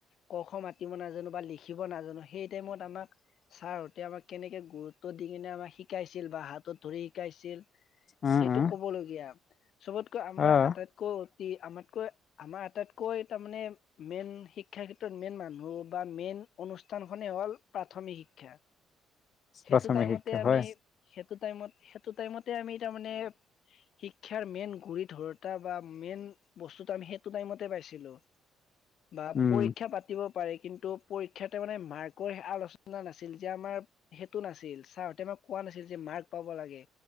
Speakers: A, on the left; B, on the left.
A: ক খ মাতিব নাজানো বা লিখিব নাজানো, সেই টাইমত আমাক ছাৰহতে আমাক কেনেকে গুৰুত্ব দি কিনে আমাক শিকাইছে ছিল বা হাতত ধৰি শিকাইছিল
B: উম
A: সেইটো
B: উম
A: ক'বলগীয়া। চবতকৈ আমাৰ
B: আহ
A: আটাইতকৈ আমাতকৈ আমাৰ আটাইতকৈ তাৰ মানে মেইন শিক্ষা ক্ষেত্ৰত মেইন মানুহ বা মেইন অনুষ্ঠানখনে হ'ল প্ৰাথমিক শিক্ষা। সেইটো
B: প্ৰাথমিক
A: টাইমতে
B: শিক্ষা
A: আমি
B: হয়
A: সেইটো টাইমত সেইটো টাইমতে আমি তাৰ মানে শিক্ষাৰ মেইন গুৰি ধৰোতা বা মেইন বস্তুটো আমি সেইটো টাইমতে পাইছিলো। বা
B: উম
A: পৰীক্ষা পাতিব পাৰে, কিন্তু ত' পৰীক্ষাটো মানে মাৰ্কৰ আলোচনা নাছিল যে আমাৰ সেইটো নাছিল, চাৰহতে আমাক কোৱা নাছিল যে মাৰ্ক পাব লাগে,